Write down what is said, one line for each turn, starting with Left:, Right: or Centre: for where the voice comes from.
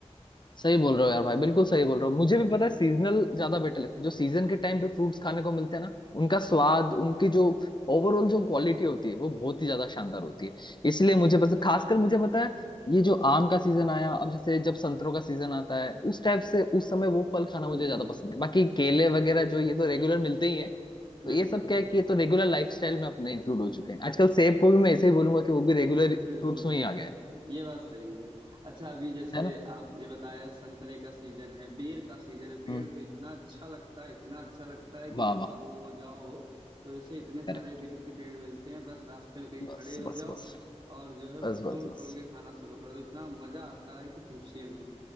Left: सही बोल रहे हो यार भाई बिल्कुल सही बोल रहे हो मुझे भी पता है सीजनल ज्यादा बेटर लगते हैं जो सीजन के टाइम पे फ्रूट्स खाने को मिलते हैं ना उनका स्वाद उनकी जो ओवरऑल जो क्वालिटी होती है वो बहुत ही ज्यादा शानदार होती है इसलिए मुझे पसंद खासकर मुझे पता है ये जो आम का सीजन आया अब जैसे जब संतरों का सीजन आता है उस टाइप से उस समय वो फल खाना
Right: बिल्कुल
Left: मुझे ज्यादा पसंद है बाकी केले वगैरह जो ये तो रेगुलर मिलते ही है तो
Right: बिल्कुल
Left: ये सब क्या है कि ये तो रेगुलर लाइफस्टाइल में अपने इंक्लूड हो चुके हैं आजकल सेब को भी मैं ऐसे ही बोलूंगा कि वो भी रेगुलर फ्रूट्स
Right: बिल्कुल
Left: में ही आ गया है
Right: ये बात सही है अच्छा अभी जैसे
Left: है ना
Right: आपने बताया संतरे का सीजन है बेर का सीजन है बेर
Left: हम्म
Right: तो इतना अच्छा लगता है इतना अच्छा लगता है कि
Left: वाह
Right: जब
Left: वाह
Right: गाँव जाओ तो जैसे इतने सारे
Left: correct।
Right: बेर के पेड़ मिलते हैं बस रास्ते में कहीं
Left: बस
Right: खड़े हो
Left: बस
Right: जाओ
Left: बस
Right: और जो है
Left: बस
Right: बस
Left: बस
Right: तोड़ तोड़
Left: बस
Right: के खाना शुरू कर दो इतना मजा आता है कि पूछिए मत